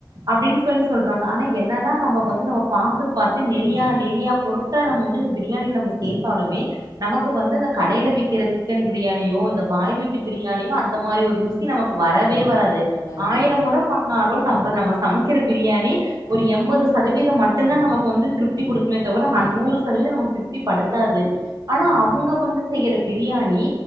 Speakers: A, on the right (about 55°); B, on the left (about 45°).
A: அப்டின் சொல்லி சொல்றாங்க ஆனா என்னதா நம்ம வந்து நம்ம பாத்து பாத்து நெறியா நெறியா ருட்டா நம்ம வந்து அந்த பிரியாணில நம்ம சேத்தாலுமே நமக்கு வந்து அந்த கடைல விக்கிற சிக்கன் பிரியாணியோ இந்த பாய் வீட்டு பிரியாணியோ அந்த மாரி ஒரு ருசி நமக்கு வ ரவே வராது
B: வரவே
A: ஆயிரம்
B: இல்ல
A: முற பண்ணாலு நம்ப நம்ம சமைக்கிற பிரியாணி ஒரு எம்பது சதவீதோ மட்டுந்தா நமக்கு வந்து திருப்தி குடுக்குமே நூறு சதவீதம் நமக்கு திருப்தி படுத்தாது ஆனா
B: ம்
A: அவங்க வந்து செய்யற பிரியாணி